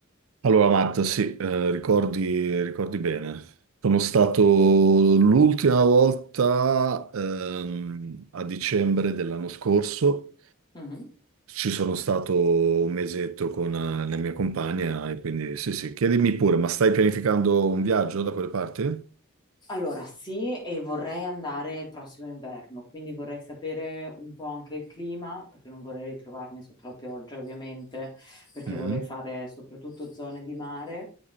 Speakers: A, on the right (about 70°); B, on the left (about 20°).
A: Allora, Matta, sì, eh, ricordi, ricordi bene. Sono stato l'ultima volta ehm, a dicembre dell'anno scorso.
B: Mhm.
A: Ci sono stato un mesetto con eh, la mia compagna e quindi sì, sì, chiedimi pure, ma stai pianificando un viaggio da quelle parti?
B: Allora, sì, e vorrei andare il prossimo inverno, quindi vorrei sapere un po' anche il clima, perché non vorrei ritrovarmi sotto la pioggia, ovviamente, perché
A: Mhm.
B: vorrei fare soprattutto zone di mare